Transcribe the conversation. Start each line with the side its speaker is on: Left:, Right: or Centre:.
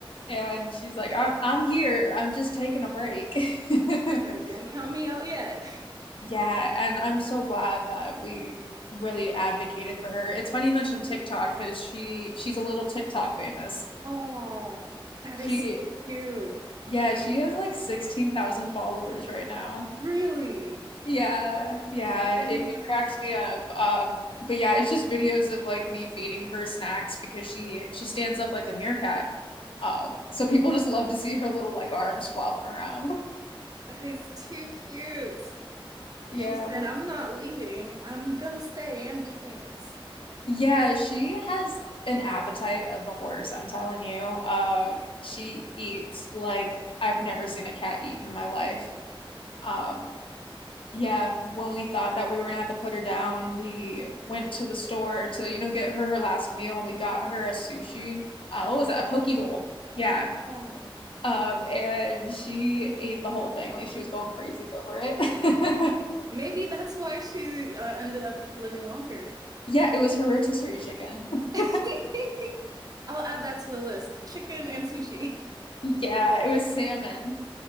Left: and she's like, I'm I'm here. I'm just taking a break.
Right: Right,
Left: <laughs>
Right: don't count me out yet. <laughs>
Left: Yeah, and I'm so glad that we really advocated for her. It's funny you mentioned TikTok because she she's a little TikTok famous.
Right: Oh, that
Left: She
Right: is so cute.
Left: yeah, she has like 16,000 followers right now.
Right: Really?
Left: Yeah, yeah,
Right: Oh
Left: it,
Right: my
Left: it
Right: God.
Left: cracks me up. Um, but yeah, it's just videos of like me feeding her snacks because she she stands up like a meerkat. Um, so people just love to see her little like arms flopping around.
Right: That is too cute.
Left: Yeah,
Right: She said, I'm not leaving. I'm gonna stay and be famous.
Left: Yeah, she has an appetite of a horse, I'm telling you. Um, she eats like I've never seen a cat eat in my life. Um, yeah, when we thought that we were gonna have to put her down, we went to the store to, you know, get her her last meal and we got her a sushi. Uh, what was it? A poke bowl. Yeah.
Right: Oh.
Left: Um, and she ate the whole thing. Like she was going crazy over it. <laughs>
Right: Maybe that's why she uh, ended up living longer.
Left: Yeah, it was her rotisserie chicken. <laughs>
Right: <laughs> I'll add that to the list. Chicken and sushi. <laughs>
Left: Yeah, it was salmon.